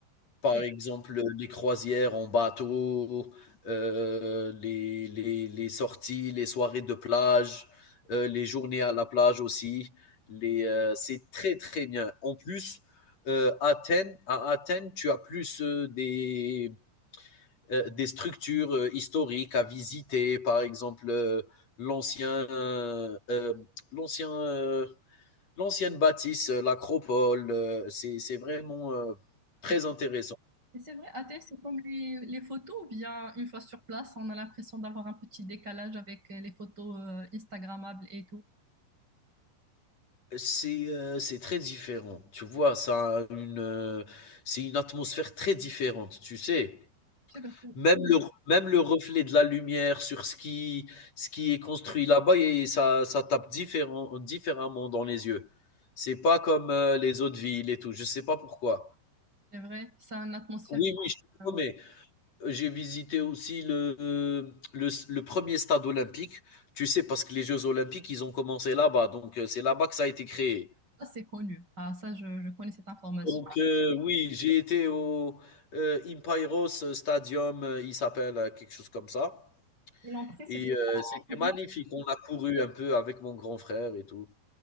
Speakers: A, on the left; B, on the right.
A: par
B: Et,
A: exemple, les croisières en bateau, euh, les, les, les sorties, les soirées de plage, euh, les journées à la plage aussi. Les, euh, c'est très, très bien. En plus, euh, Athènes, à Athènes, tu as plus euh, des, euh, des structures euh, historiques à visiter, par exemple euh, l'ancien, euh, euh, l'ancien, euh, l'ancienne bâtisse, euh, l'acropole. euh, c'est, c'est vraiment euh, très
B: et-
A: intéressant.
B: et c'est vrai, Athènes, c'est comme les, les photos, ou bien une fois sur place, on a l'impression d'avoir un petit décalage avec euh, les photos euh, Instagrammables et tout.
A: C'est, heu, c'est très différent, tu vois? Ça a une, heu, c'est une atmosphère très différente, tu sais?
B: Je sais pas, si
A: Même le même le reflet de la lumière sur ce qui ce qui est construit là-bas et ça ça tape différent différemment dans les yeux. C'est pas comme, heu, les autres villes et tout, je sais pas pourquoi.
B: c'est vrai, ça a une atmosphère.
A: Oui, oui, je te
B: euh,
A: promets. Euh, J'ai visité aussi le, heu, le s le 1 stade olympique, tu sais? Parce que les jeux olympiques, ils ont commencé là-bas, donc heu, c'est là-bas que ça a été créé.
B: Ça, c'est connu. Ah, ça, je, je connais cette information.
A: Donc, heu, oui, j'ai été au, heu, Impeiros Stadium, heu, il s'appelle, heu, quelque chose comme ça
B: Et l'entrée, c'était
A: et heu, c'était
B: combien?
A: magnifique. On a couru un peu avec mon grand frère et tout